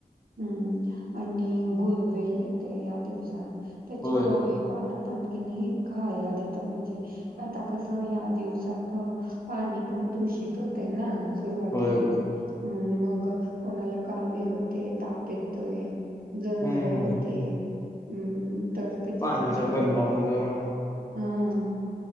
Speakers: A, on the right; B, on the left.
A: हूं आणि गुळवेल येतय ह्या दिवसात त्याची
B: होय
A: कोवळी पानं पण किनी खायला देतात, म्हणजे आता कसं ह्या दिवसात. त पाणी पण दूषित होतय ना सुरुवातीला.
B: होय होय.
A: हूं मग कोणाला कावीळ होते ताप येतोय. जळ
B: हम्म
A: जळ होते हूं तर त्याच्यासाठी
B: पाण्याच्या
A: गुळ
B: बदलामुळे जरा
A: हा हा